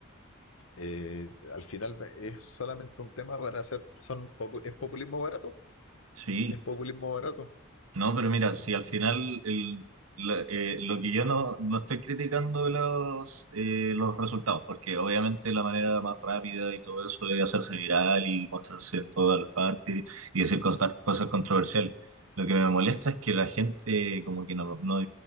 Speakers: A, on the left; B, on the right.
A: eh, al final es solamente un tema para hacer, son, popu- es populismo barato,
B: Sí.
A: es populismo barato.
B: No, pero mira, si
A: Entonces,
B: al final el- la- eh, lo que yo no, no estoy criticando de los, eh, los resultados, porque obviamente la manera más rápida y todo eso de hacerse viral y mostrarse en todas las partes y decir cosas, cosas controversiales. Lo que me molesta es que la gente como que no, no,